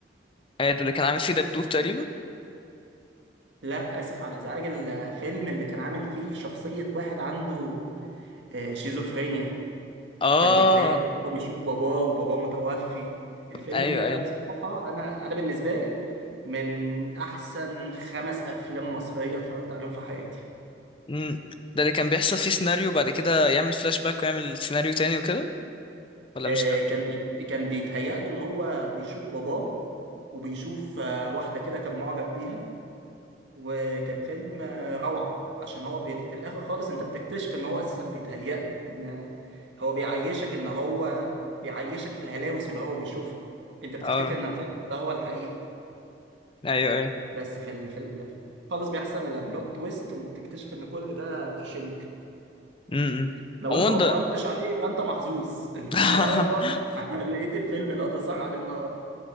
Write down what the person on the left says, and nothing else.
أيوة ده اللي كان عامل فيه دبدوب تقريبا
آه
أيوه
أيوه
مم. ده اللي كان بيحصل فيه سيناريو وبعد كده يعمل فلاش باك ويعمل سيناريو تاني وكده ولا
مش ده؟
آه
أيوه أيوه
مم.
عموما
ده
<laughs>